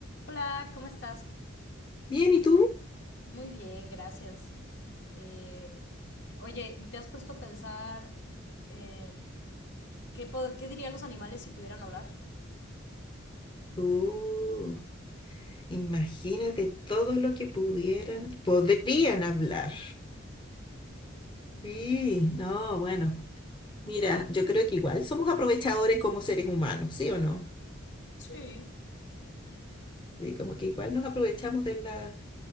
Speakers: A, on the left (about 60°); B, on the left (about 25°).
A: Hola, ¿cómo estás?
B: Bien, ¿y tú?
A: Muy bien, gracias. Eh, oye, ¿te has puesto a pensar em, qué, pod- qué dirían los animales si pudieran hablar?
B: Uh, imagínate todo lo que pudieran, podrían hablar. Sí, no, bueno. Mira, yo creo que igual somos aprovechadores como seres humanos, ¿sí o no?
A: Sí,
B: Sí, como que igual nos aprovechamos de la,